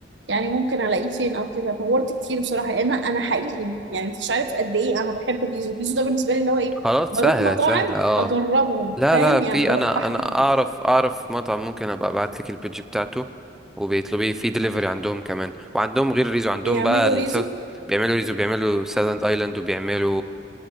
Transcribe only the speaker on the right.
يعني ممكن الاقيه فين او كده دورت كتير بصراحه لان انا حقيقي يعني انت مش عارف قد ايه انا بحب البيزو البيزو ده بالنسبه لي اللي هو ايه
بروح
مطاعم
اجربهم
فاهم
يعني بروح
تحديدا
بيعملوا
ريزو